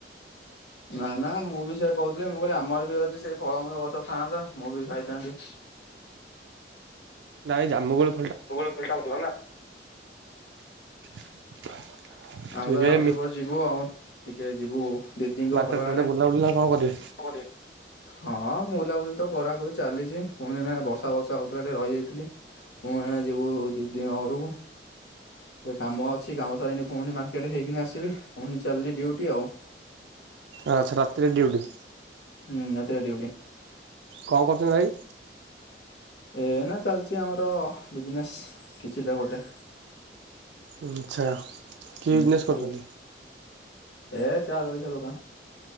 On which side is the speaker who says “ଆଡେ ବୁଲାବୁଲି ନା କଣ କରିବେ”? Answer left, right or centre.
Right